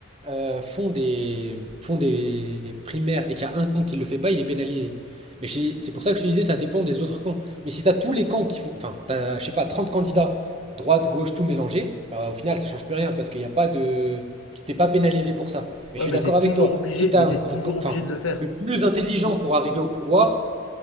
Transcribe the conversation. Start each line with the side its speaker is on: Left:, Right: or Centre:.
Right: euh, font des, font des primaires et qu'il y a un camp qui ne le fait pas, il est pénalisé. Mais je- c'est pour ça que je te disais, ça dépend des autres camps. Mais si tu as tous les camps qui font, enfin, t'as, je sais pas, 30 candidats, droite, gauche, tout mélangé, bah, au final, ça change plus rien parce qu'il n'y a pas de, Tu t'es pas pénalisé pour ça. Mais
Left: Ouais,
Right: je suis
Left: mais
Right: d'accord
Left: t'es toujours
Right: avec toi.
Left: obligé,
Right: Si tu
Left: mais
Right: as
Left: t'es
Right: un,
Left: toujours
Right: un camp, enfin,
Left: obligé de le faire.
Right: le plus intelligent pour arriver au pouvoir,